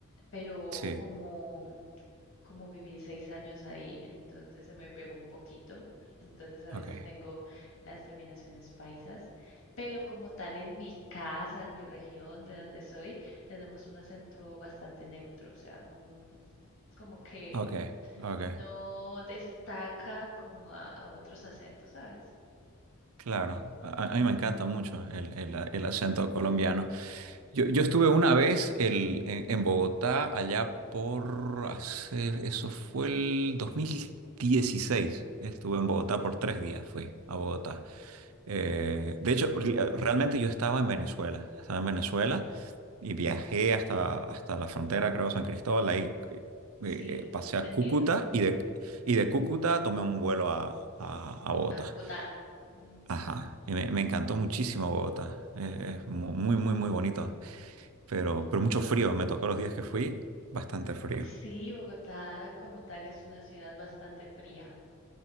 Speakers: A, on the left; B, on the right.
A: pero
B: Sí,
A: como, como viví seis años ahí, entonces se me pegó un poquito. Entonces a
B: ok,
A: veces tengo las terminaciones paisas, pero como tal en mi casa, en mi región, de donde soy, tenemos un acento bastante neutro, o sea, no, como que
B: ok, ok.
A: no destaca como a, a otros acentos, ¿sabes?
B: Claro, a, a mí me encanta mucho el, el- el acento colombiano. Yo, yo estuve una vez el- en, en Bogotá, allá por hace, eso fue el dos mil dieciséis Estuve en Bogotá por tres días, fui a Bogotá. Eh, de hecho, re- realmente yo estaba en Venezuela, estaba en Venezuela y viajé hasta, hasta la frontera, creo, San Cristóbal, ahí eh,
A: Sí,
B: eh, pasé a
A: te entiendo.
B: Cúcuta y de, y de Cúcuta tomé un vuelo a, a a Bogotá.
A: A Bogotá. Mm.
B: Ajá, y me, me encantó muchísimo Bogotá. Eh, es mu- muy, muy, muy bonito. Pero, pero mucho frío, me tocó los días que fui, bastante frío.
A: Sí, Bogotá como tal es una ciudad bastante fría.